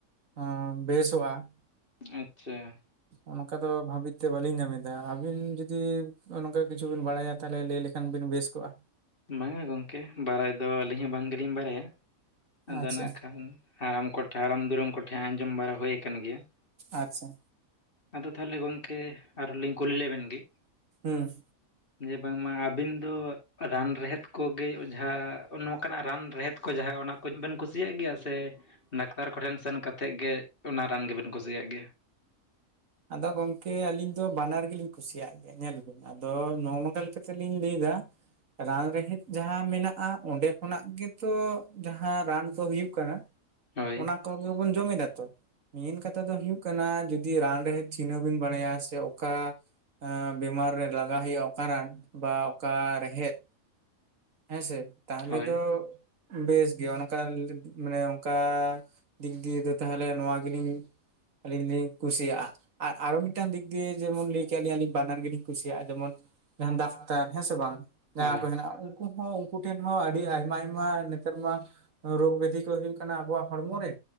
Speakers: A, on the right; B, on the left.
A: ᱚ ᱵᱮᱥᱚᱜ-ᱟ ᱾
B: ᱟᱪᱪᱷᱟ ᱾
A: ᱚᱱᱠᱟ ᱫᱚ ᱵᱷᱟᱵᱤᱛ ᱛᱮ ᱵᱟᱞᱤᱧ ᱧᱟᱢᱮᱫᱟ, ᱟᱵᱤᱱ ᱡᱩᱫᱤ ᱚᱱᱠᱟ ᱠᱤᱪᱷᱩ ᱵᱤᱱ ᱵᱟᱲᱟᱭᱟ ᱛᱟᱦᱚᱞᱮ ᱞᱟᱹᱭ ᱞᱮᱠ ᱠᱷᱟᱱ ᱵᱤᱱ ᱵᱮᱥ ᱠᱚᱜ-ᱟ ᱾
B: ᱵᱟᱝᱟ ᱜᱚᱝᱠᱮ ᱵᱟᱲᱟᱭ ᱫᱚ ᱟᱞᱤᱧ ᱦᱚᱸ ᱵᱟᱝ ᱜᱮᱞᱤᱧ ᱵᱟᱲᱟᱭᱟ, ᱟᱫᱚ
A: ᱟᱪᱪᱷᱟ
B: ᱱᱟᱜ ᱠᱷᱟᱱ ᱦᱟᱨᱟᱢ ᱠᱚᱴᱷᱮᱱ, ᱦᱟᱨᱟᱢ ᱫᱩᱨᱩᱢ ᱠᱚᱴᱷᱮᱱ ᱟᱸᱡᱚᱢ ᱵᱟᱲᱟ ᱦᱳᱭ ᱠᱟᱱ ᱜᱮᱭᱟ ᱾
A: ᱟᱪᱪᱷᱟ ᱾
B: ᱟᱫᱚ ᱛᱟᱦᱚᱞᱮ ᱜᱚᱝᱠᱮ ᱟᱨᱚ ᱞᱤᱧ ᱠᱩᱞᱤ ᱞᱮᱵᱤᱱ ᱜᱤ᱾
A: ᱦᱩᱸ ᱾
B: ᱡᱮ ᱵᱟᱝᱢᱟ ᱟᱵᱤᱱ ᱫᱚ, ᱨᱟᱱ ᱨᱮᱦᱮᱫ ᱠᱚᱜᱮ ᱚᱡᱷᱟ ᱱᱚᱝᱠᱟᱱᱟᱜ ᱨᱟᱱ ᱨᱮᱦᱮᱫ ᱠᱚ ᱡᱟᱦᱟᱸ ᱚᱱᱟ ᱠᱚᱡ ᱵᱮᱱ ᱠᱩᱥᱤᱭᱟᱜ ᱜᱮᱭᱟ ᱥᱮ, ᱰᱟᱠᱛᱟᱨ ᱠᱚᱴᱷᱮᱱ ᱥᱮᱱ ᱠᱟᱛᱮᱫ ᱜᱮ ᱚᱱᱟ ᱨᱟᱱ ᱜᱮᱵᱮᱱ ᱠᱩᱥᱤᱭᱟᱜ ᱜᱮᱭᱟ?
A: ᱟᱫᱚ ᱜᱚᱝᱠᱮ ᱟᱞᱤᱧ ᱫᱚ ᱵᱟᱱᱟᱨ ᱜᱮᱞᱤᱧ ᱠᱩᱥᱤᱭᱟᱜ ᱜᱮ ᱧᱮᱞ ᱵᱤᱱ ᱟᱫᱚ ᱱᱚᱜ-ᱚ ᱱᱚᱝᱠᱟ ᱞᱮᱠᱟ ᱛᱮᱞᱤᱧ ᱞᱟᱹᱭ ᱫᱟ ᱨᱟᱱ ᱨᱮᱦᱮᱫ ᱡᱟᱦᱟᱸ ᱢᱮᱱᱟᱜ-ᱟ, ᱚᱸᱰᱮ ᱠᱷᱚᱱᱟᱜ ᱜᱮᱛᱚ ᱡᱟᱦᱟᱸ ᱨᱟᱱ ᱫᱚ ᱦᱩᱭᱩᱜ ᱠᱟᱱᱟ ᱾
B: ᱦᱳᱭ
A: ᱚᱱᱟ ᱠᱚᱜᱮ ᱵᱚᱱ ᱡᱚᱢᱮᱫᱟ ᱛᱚ, ᱢᱮᱱ ᱠᱟᱛᱷᱟ ᱫᱚ ᱦᱩᱭᱩᱜ ᱠᱟᱱᱟ ᱡᱩᱫᱤ ᱨᱟᱱ ᱨᱮᱦᱮᱫ ᱪᱤᱱᱦᱟᱹᱣ ᱵᱤᱱ ᱵᱟᱲᱟᱭᱟ ᱥᱮ ᱚᱠᱟ ᱟ ᱵᱤᱢᱟᱨ ᱨᱮ ᱞᱟᱜᱟᱣ ᱦᱩᱭᱩᱜ-ᱟ ᱚᱠᱟ ᱨᱟᱱ ᱵᱟ ᱚᱠᱟ ᱨᱮᱦᱮᱫ᱾ ᱦᱮᱸᱥᱮ, ᱛᱟᱦᱚᱞᱮ
B: ᱦᱳᱭ
A: ᱫᱚ ᱵᱮᱥ ᱜᱮᱭᱟ ᱚᱱᱠᱟ ᱢᱟᱱᱮ ᱚᱝᱠᱟ ᱫᱤᱠ ᱫᱤᱭᱮ ᱫᱚ ᱛᱟᱦᱚᱞᱮ ᱱᱚᱣᱟ ᱜᱮᱞᱤᱧ ᱟᱞᱤᱧ ᱞᱤᱧ ᱠᱩᱥᱤᱭᱟᱜ-ᱟ ᱾ ᱟᱨ ᱟᱨᱚ ᱢᱤᱫᱴᱟᱝ ᱫᱤᱠ ᱫᱤᱭᱮ ᱡᱮᱢᱚᱱ ᱞᱟᱹᱭ ᱠᱮᱜ-ᱟ ᱞᱤᱧ ᱟᱞᱤᱧ ᱵᱟᱱᱟᱨ ᱜᱮᱞᱤᱧ ᱠᱩᱥᱤᱭᱟᱜ-ᱟ, ᱡᱮᱢᱚᱱ ᱡᱟᱦᱟᱸ ᱰᱟᱠᱛᱟᱨ ᱦᱮᱸ ᱥᱮ ᱵᱟᱝ, ᱡᱟᱦᱟᱸ
B: ᱦᱳᱭ
A: ᱠᱚ ᱦᱮᱱᱟᱜ-ᱟ ᱾ ᱩᱱᱠᱩ ᱦᱚᱸ ᱩᱱᱠᱩ ᱴᱷᱮᱱ ᱦᱚᱸ ᱟᱰᱤ ᱟᱭᱢᱟ ᱟᱭᱢᱟ ᱱᱮᱛᱟᱨ ᱢᱟ ᱨᱳᱜᱽ ᱵᱮᱫᱷᱤ ᱠᱚ ᱦᱩᱭᱩᱜ ᱠᱟᱱᱟ ᱟᱵᱚᱣᱟᱜ ᱦᱚᱲᱢᱚ ᱨᱮ